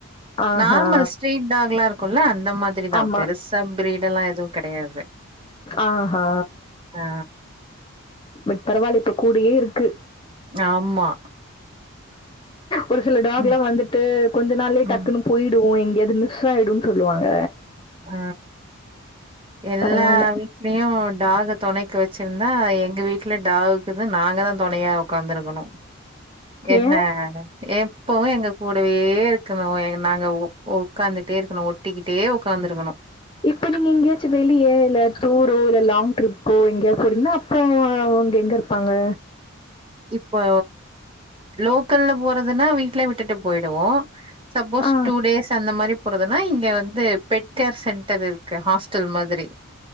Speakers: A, on the left (about 25°); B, on the right (about 25°).
A: ஆஹா!
B: நார்மல் ஸ்ட்ரீட் டாக்ல்லா இருக்குல்ல அந்த மாரிதா
A: ஆமா.
B: பெருசு ச ப்ரீடல்லாம் எதுவும் கெடையாது
A: ஆஹா
B: ஆ
A: பட் பரவாயில்ல இப்ப கூடயே இருக்கு
B: ஆம்மா
A: ஒரு சில டாக்
B: ம்
A: எல்லாம் வந்துட்டு கொஞ்ச நாள்யே
B: ம்
A: டக்குன்னு போய்டும் எங்கேயாவது மிஸ் ஆய்டும்னு சொல்லுவாங்க
B: அ எல்லா
A: பரவால்ல.
B: வீட்லயும் டாக்க தொணைக்கு வச்சிருந்தா எங்க வீட்ல டாகுக்கு நாங்க தான் தொணையா உட்காந்துருக்கணும் என்ன
A: ஏன்?
B: எப்பவும் எங்க கூடவே இருக்கணும் நாங்க உக் உட்காந்துட்டே இருக்கணும் ஒட்டிக்கிட்டே உக்காந்திருக்கணும்
A: இப்ப நீங்க எங்கேயாச்சும் வெளியே இல்ல டூரோ இல்ல லாங் ட்ரிப்போ எங்கேயா போனீங்கன்னா அப்போ அவங்க எங்க இரு பாங்க
B: இப்போ லோக்கல்ல போறதுன்னா வீடல் விட்டுட்டு போய்டுவோம் சப்போஸ்
A: ஆ.
B: டூ டேஸ் அந்த மாரி போறதுனா இங்க வந்து பெட் கேர் சென்டர் இருக்கு ஹாஸ்டல் மாதிரி